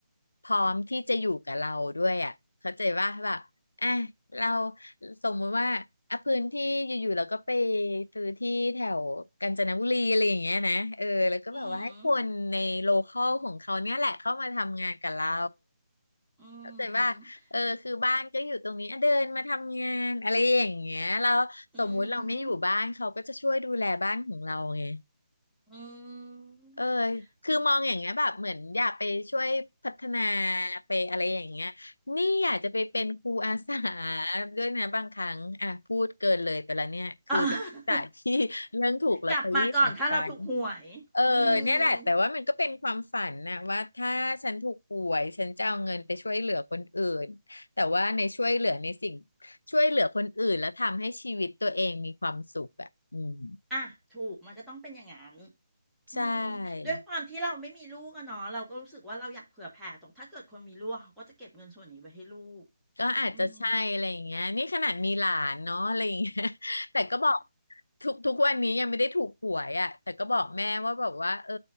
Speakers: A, on the left; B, in the centre.
A: พร้อมที่จะอยู่กับเราด้วยอะเข้าใจว่าแบบอ่ะเราสมมติว่าอ่ะพื้นที่อยู่ๆเราก็ไปซื้อที่แถวกาญจนบุรีอะไรอย่างเงี้ยนะเออแล้วก็แบบว่าให้คนในโลคอลของเขาเนี่ยแหละเข้ามาทำงานกับเรา
B: อืมอื
A: เข้าใจว่า
B: ม
A: เออคือบ้านก็อยู่ตรงนี้อ่ะเดินมาทำงานอะไรอย่างเงี้ยเราสมมุติเราไม่อยู่บ้านเขาก็จะช่วยดูแลบ้านของเราไง
B: อืมอืม
A: เออคือมองอย่างเงี้ยแบบเหมือนอยากไปช่วยพัฒนา
B: คุณ
A: ไปอะไรอย่างเงี้ยนี่อยากจะไปเป็นครูอาสาด้วยนะบางครั้งอ่ะพูดเกินเลยไปแล้วเนี่ยคือ
B: อ่า <laughs>
A: จากที่เรื่องถูกลอตเตอรี่ของฉัน
B: กลับมาก่อนถ้าเราถูกหวยอืม
A: เออเนี่ยแหละแต่ว่ามันก็เป็นความฝันนะว่าถ้าฉันถูกหวยฉันจะเอาเงินไปช่วยเหลือคนอื่น แต่ว่าในช่วยเหลือในสิ่งช่วยเหลือคนอื่นแล้วทำให้ชีวิตตัวเองมีความสุขอ่ะอืม
B: อ่ะถูกมันก็ต้องเป็นอย่างนั้น
A: ใช่
B: อืมด้วยความที่เราไม่มีลูกอะเนาะเราก็รู้สึกว่าเราอยากเผื่อแผ่ตรงถ้าเกิดคนมีลูกเขาก็จะเก็บเงินส่วนนี้ไว้ให้ลูก
A: ก็อาจจะใช่อะไรอย่างเงี้ยนี่ขนาดมีหลานเนาะอะไรอย่างเงี้ย
B: อืม
A: <laughs> แต่ก็บอกทุกทุกวันนี้ยังไม่ได้ถูกหวยอ่ะแต่ก็บอกแม่ว่าแบบว่าเออ